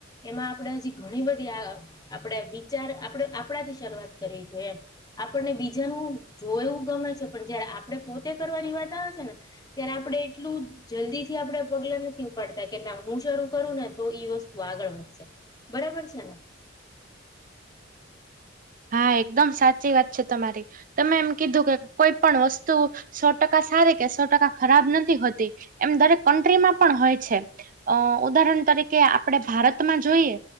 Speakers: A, on the left; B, on the right.
A: એમાં આપણે હજી ઘણી બધી આ અ આપડે વિચાર આપણે આપણાથી શરૂઆત કરવી જોઈએ એમ. આપણને બીજાનું જોવાએવું ગમે છે પણ જયારે આપડે પોતે કરવાની વાત આવે છે ને ત્યારે આપડે એટલું જલ્દી થી આપડે પગલા નથી ઉપાડતા કે ના હું શરૂ કરું ને તો ઈ વસ્તુ આગળ વધશે. બરાબર છે ને?
B: હા એકદમ સાચી વાત છે તમારી. તમે એમ કીધું કે કોઈ પણ વસ્તુ સો ટકા સારી કે સો ટકા ખરાબ નથી હોતી, એમ દરેક કન્ટ્રીમાં પણ હોય છે. અ ઉદાહરણ તરીકે આપણે ભારતમાં જોઈએ